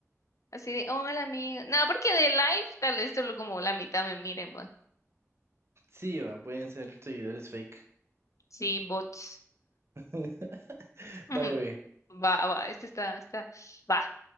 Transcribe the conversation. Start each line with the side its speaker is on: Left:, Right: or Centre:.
Left: Así de, hola amigo. No, porque de live tal vez solo como la mitad me miren, va.
Right: Sí, va, pueden ser seguidores fake.
Left: Sí, bots.
Right: <laughs>
Left: <laughs> Ujú.
Right: Dale, ve.
Left: Va, va, este está, está. Va.